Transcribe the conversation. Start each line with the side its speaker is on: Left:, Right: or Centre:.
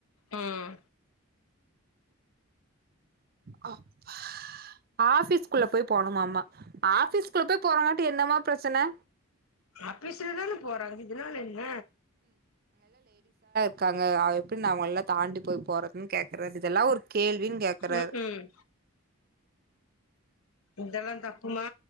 Left: ம்
Right: ஹப்பா ஆபீஸ்க்குள்ளப் போய் போணுமாமா ஆபீஸ்க்குள்ள போய் போறாங்காட்டி என்னமா பிரச்சன
Left: ஆபீஸ்லதான போறாங்க இதனால என்ன
Right: க்காங்க அவ எப்படி நா அவங்கல்லா தாண்டி போய் போறதுன்னு கே இது இதெல்லா ஒரு கேள்வின் கேக்கறாரு
Left: ம் ம் இதெல்லா தப்புமா